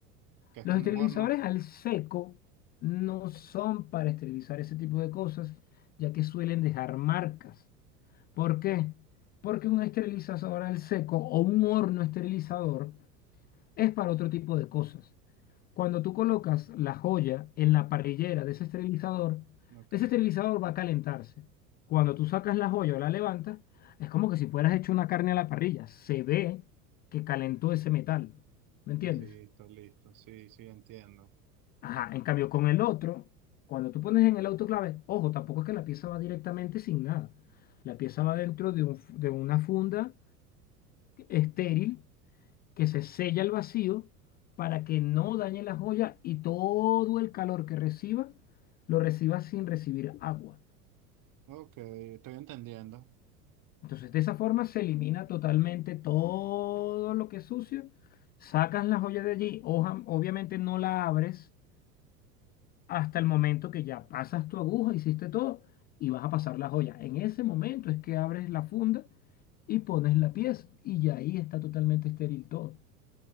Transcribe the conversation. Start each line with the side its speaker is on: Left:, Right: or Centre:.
Right: Que es
Left: Los
Right: como
Left: esterilizadores
Right: un horno.
Left: al seco no son para esterilizar ese tipo de cosas, ya que suelen dejar marcas. ¿Por qué? Porque un esterilizador al seco o un horno esterilizador es para otro tipo de cosas. Cuando tú colocas la joya en la parrillera de ese esterilizador,
Right: Ok.
Left: ese esterilizador va a calentarse. Cuando tú sacas la joya o la levantas, es como que si fueras hecho una carne a la parrilla. Se ve que calentó ese metal. ¿Me entiendes?
Right: Listo, listo. Sí, sí, entiendo.
Left: Ajá, en cambio con el otro, cuando tú pones en el autoclave, ojo, tampoco es que la pieza va directamente sin nada. La pieza va dentro de un f- de una funda estéril que se sella el vacío para que no dañe la joya y todo el calor que reciba lo reciba sin recibir agua.
Right: Ok, estoy entendiendo.
Left: Entonces, de esa forma se elimina totalmente todo lo que es sucio. Sacas la joya de allí, oja- obviamente no la abres hasta el momento que ya pasas tu aguja, hiciste todo y vas a pasar la joya. En ese momento es que abres la funda y pones la pieza y ya ahí está totalmente estéril todo.